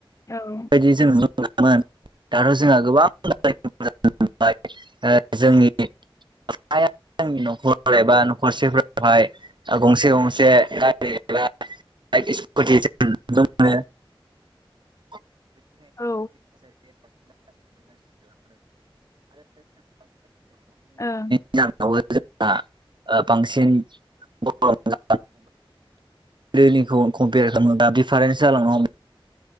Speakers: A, on the left; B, on the right.
A: औ
B: बिदि जों नुनो मोनोमोन दाथ' जोंहा गोबां <unintelligible> <unintelligible> खर एबा नखरसेफोरावहाय गंसे गंसे गारि एबा <unintelligible> नुनो मोनो <unintelligible> <unintelligible> <unintelligible>
A: औ ओं
B: जोंहा ओ बांसिन बर' दैनिखौ कम्पेयार खामोबा दिडिफारेन्स जालांनो हमो